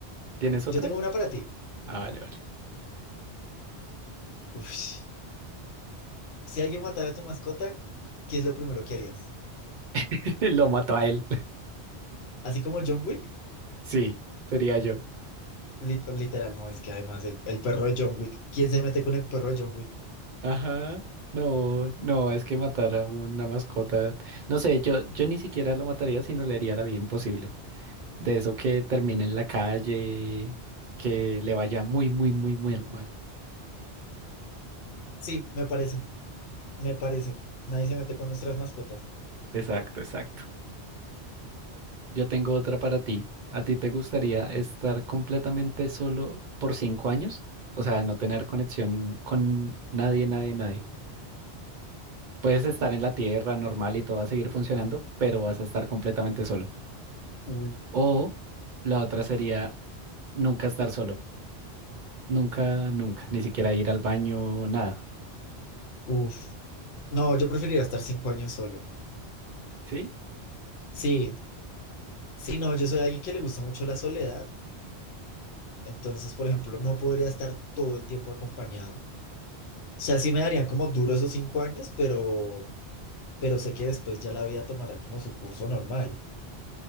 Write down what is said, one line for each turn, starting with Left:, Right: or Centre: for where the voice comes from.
Right: tienes otra?
Left: Yo tengo una para ti.
Right: Ah, vale, vale.
Left: Uf. Si alguien matara a tu mascota, ¿qué es lo primero que harías?
Right: <laughs> Lo mató a él. <laughs>
Left: Así como John Wick,
Right: Sí, sería yo.
Left: li- literal, no, es que además el, el perro de John Wick, ¿quién se mete con el perro de John Wick?
Right: Ajá. No, no, es que matar a una mascota. No sé, yo, yo ni siquiera lo mataría, sino le haría la vida imposible. de eso que termine en la calle, que le vaya muy, muy, muy, muy al mal.
Left: Sí, me parece, me parece. Nadie se mete con nuestras mascotas.
Right: Exacto, exacto. Yo tengo otra para ti. ¿A ti te gustaría estar completamente solo por cinco años? O sea, no tener conexión con nadie, nadie, nadie. Puedes estar en la tierra normal y todo va a seguir funcionando, pero vas a estar completamente solo.
Left: Uy.
Right: O la otra sería nunca estar solo. Nunca, nunca. Ni siquiera ir al baño, nada.
Left: Uf. No, yo preferiría estar cinco años solo.
Right: ¿Sí?
Left: Sí, sí, no, yo soy alguien que le gusta mucho la soledad, entonces, por ejemplo, no podría estar todo el tiempo acompañado. O sea, sí me darían como duro esos cinco años, pero, pero sé que después ya la vida tomará como su curso normal.